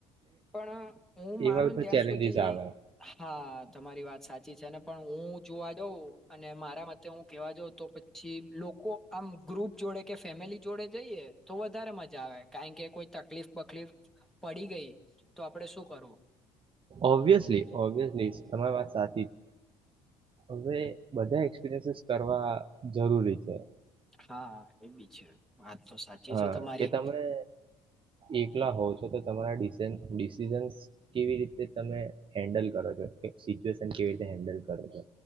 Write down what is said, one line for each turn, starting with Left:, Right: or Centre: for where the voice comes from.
Centre: પણ હું માનોને
Right: એવા બધા
Centre: ત્યાં
Right: ચેલેન્જીસ
Centre: સુધી
Right: આવે
Centre: હા તમારી વાત. સાચી છે ને પણ હું જોવા જાઉં અને મારા મતે હું કેવા જાઉં તો પછી લોકો આમ ગ્રુપ જોડે કે ફેમિલી જોડે જઈએ તો વધારે મજા આવે કારણ કે કોઈ તકલીફ બકલીફ. પડી ગઈ તો આપડે શું કરવું?
Right: ઓબવિયસલી ઓબિયસલી તમારી વાત સા. હવે બધા એક્સપિરયસીસ કરવા જરૂરી છે.
Centre: હા એ બી છે. વાત તો સાચી
Right: હા
Centre: છે તમારી
Right: કે તમે એકલા હોવ છો. તો તો તમારા ડિસિઝ ડિસિસઝન કેવી રીતે તમે હેન્ડલ કરો છો કે સિચ્યુએશન કેવી રીતે હેન્ડલ કરો છો.